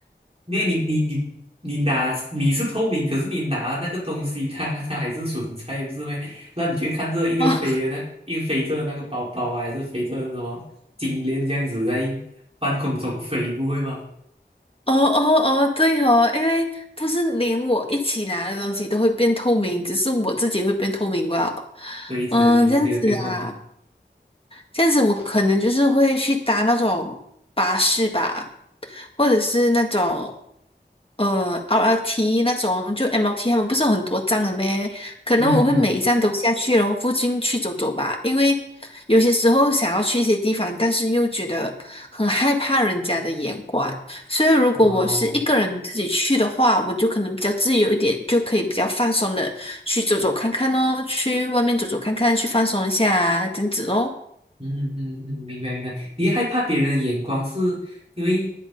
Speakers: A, on the right; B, on the left.
A: 因为你你你你拿你是透明，可是你拿那个东西它，它还是存在，不是咩？那你去看这一个飞的那一个飞着的那个包包啊还是飞着的什么金链这样子在
B: <laughs> 哦
A: 半空中飞，不会吗？
B: 哦哦哦，对哦，因为不是连我一起拿的东西都会变透明，只是我自己会变透明吧。
A: 对着你是就会变透明。
B: 嗯，这样子啊。这样子我可能就是会去搭那种巴士吧，或者是那种呃 r L t 那种，就 m L t 他们不是有很多站的咩？可能我会每一站都下去，
A: 嗯
B: 然后附近去走走吧，因为有些时候想要去一些地方，但是又觉得很害怕人家的眼光，所以如果我是一个人自己去的话，
A: 嗯，哦，
B: 我就可能比较自由一点，就可以比较放松的去走走看看哦，去外面走走看看，去放松一下啊，这样子哦。
A: 嗯嗯嗯，明白明白。你害怕别人的眼光，是因为